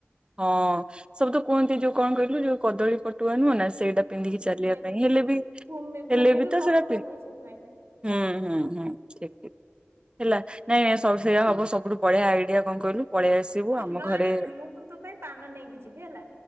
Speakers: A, on the right; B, on the right.
A: ହଁ। ସବୁ ତ କୁହନ୍ତି ଯୋଉ କଣ କହିଲୁ ଯୋଉ କଦଳୀ ପଟୁଆ ନୁହଁ ନା। ସେଇଟା ପିନ୍ଧିକି
B: ହୁଁ
A: ଚାଲିବା
B: ସେଇଟା
A: ପାଇଁ,
B: ପିନ୍ଧ
A: ହେଲେ ବି
B: ଭୂମି
A: ହେଲେ
B: ଭୂମିକୁ
A: ବି ତ
B: କଷ୍ଟ
A: ସେଟା
B: ହୁଏ ସେଥିପାଇଁ
A: ହୁଁ ହୁଁ ହୁଁ। ଠିକ ଠିକ। ହେଲା ନାଇଁ ନାଇଁ ସ ସେଇୟା ହବ ସବୁଠୁ ବଢେଆ ଆଇଡିଆ କଣ କହିଲୁ? ପଳେଇ ଆସିବୁ।
B: ପାନ
A: ଆମ ଘରେ
B: ଆଣି ମୁଁ ତୋ ପାଇଁ ପାନ ନେଇକି ଯିବି ହେଲା।